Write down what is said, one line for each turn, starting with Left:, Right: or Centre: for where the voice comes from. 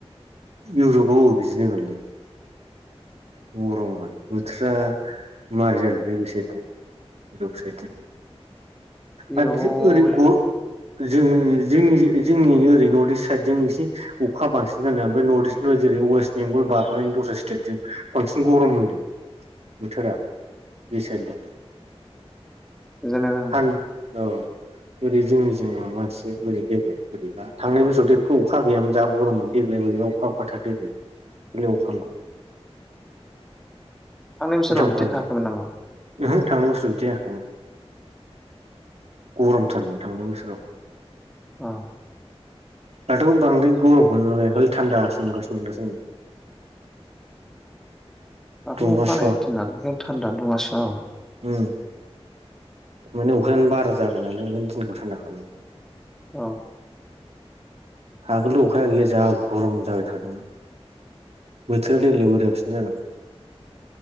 Right: इउरपआव अ बिदि जङलै गरममोन बोथोरा मारै जादों बे बै सायेदजों साइथिं
Centre: इउरपआव
Right: आरो ओरै <unintelligible> जों जोंनि जोंनि ओरै नर्थ इस्ट साइड जों एसे अखा बांसिन जा ओमफ्राय नर्थ इस्टनिफ्राय जेरै ववेस्ट बेंगल बारनानै दस्रा स्टेटजों बांसिन गरम मोनदों बोथोरा बे साइडबो
Centre: जेनेबा
Right: औ ओरै जोंनि जों मा एसे बोरै देग्लाय बोरैब थांनाय बोसोरावेखौ अखा गैयामोन जा गरममोन देग्लाय बोरैबा अखा अखााथार देग्लाय खालि अखाल''
Centre: थांनाय बोसोराव
Right: उल्था मुल्था
Centre: बिदि होआखैमोन
Right: जादों।
Centre: नामा
Right: ओहो थांनाय बोसोराव बिदि हायाखैमोन गरमथारमोन थांनाय बोसोराव
Centre: अ
Right: दाथ' बांद्राय गरमखौ नुवाखै खालि थान्दासो मोनगासिनो दा सानदि
Centre: दाथ'
Right: दुङा
Centre: अखाहानाय
Right: सुवा
Centre: दिन नालाय ओंखायनो थान्दानो दंङासो औ
Right: उम माने अखायानो बारा जाबाय नालाय‌ ओंखायनो दिनखौ थान्दा खालायो
Centre: औ
Right: आगोलथ' अखाया गैया जा गरम जाबाय थादोंमोन। बोथोर देग्लाय बोरियासिनो जादों